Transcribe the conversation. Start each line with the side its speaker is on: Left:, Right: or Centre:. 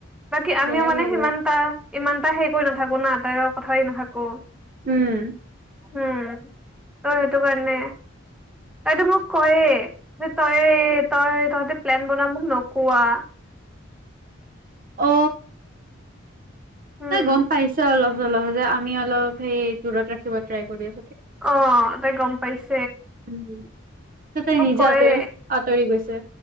Centre: বাকী আমিও
Right: বেয়াই
Centre: মানে
Right: লাগে
Centre: সিমানটা ইমানটা হেৰি কৰি নাথাকো না তাইৰ কথাই নাথাকো
Right: উম
Centre: উম ত সেইটো কাৰণে তইটো মোক কয়ে তই তই তহঁতে প্লেনাম ন কোৱা
Right: অ
Centre: উম
Right: ত গম পাইছ অলপ চলহ যে আমি অলপ সেই দূৰত ৰাখিব ট্ৰাই কৰি আছো
Centre: অ তাই গম পাইছ
Right: উ ততে নিজে
Centre: কয়ে
Right: আঁতৰি আঁতৰি গৈছে